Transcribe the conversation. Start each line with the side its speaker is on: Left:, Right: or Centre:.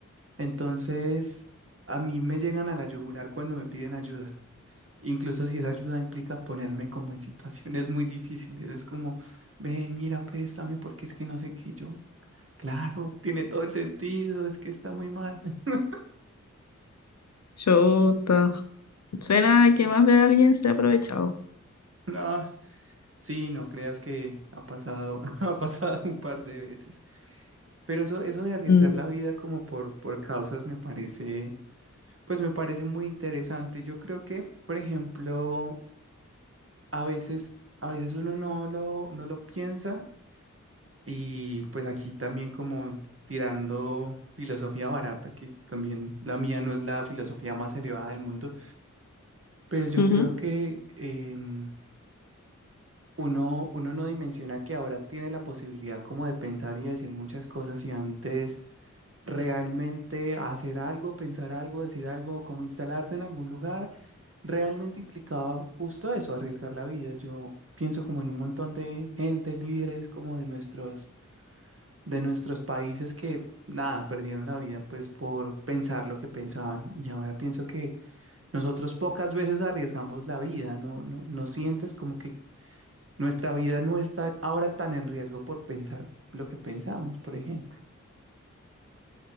Right: Entonces, a mí me llegan a la yugular cuando me piden ayuda. Incluso si esa ayuda implica ponerme como en situaciones muy difíciles, es como, ve, mira, préstame porque es que no sé qué yo. Claro, tiene todo el sentido, es que está muy mal. <laughs>
Left: Chuta. Suena que más de alguien se ha aprovechado.
Right: No, sí, no creas que ha pasado, <laughs> ha pasado un par de veces. Pero eso, eso de arriesgar
Left: Mm.
Right: la vida como por, por causas me parece, pues me parece muy interesante. Yo creo que, por ejemplo, a veces, a veces uno no lo, no lo piensa y pues aquí también como tirando filosofía barata, que también la mía no es la filosofía más elevada del mundo, pero yo
Left: Ujú.
Right: creo que em, Uno, uno no dimensiona que ahora tiene la posibilidad como de pensar y decir muchas cosas y antes realmente hacer algo, pensar algo, decir algo, como instalarse en algún lugar, realmente implicaba justo eso, arriesgar la vida. Yo pienso como en un montón de gente, líderes como de nuestros, de nuestros países que nada, perdieron la vida pues por pensar lo que pensaban y ahora pienso que nosotros pocas veces arriesgamos la vida, ¿no? ¿No, no sientes como que nuestra vida no está ahora tan en riesgo por pensar lo que pensamos, por ejemplo.